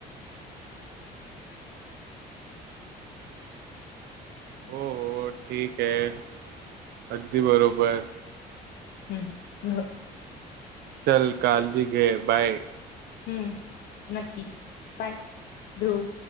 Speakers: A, on the right; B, on the left.
A: हो हो ठीक आहे अगदी बरोबर.
B: हम्म!
A: चल कालजी घे बाय.
B: हम्म नक्की पाय ध्रुव.